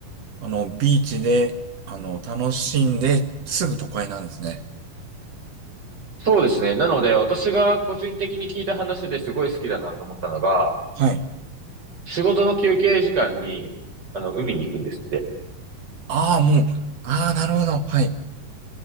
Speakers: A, on the right; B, on the right.
A: あの、ビーチで、あの、楽しんで、すぐ都会なんですね。
B: そうですね。なので私が個人的に聞いた話ですごい好きだなと思ったのが、
A: はい。
B: 仕事の休憩時間に、あの、海に行くんですって。
A: ああ、もう、ああ、なるほど。はい。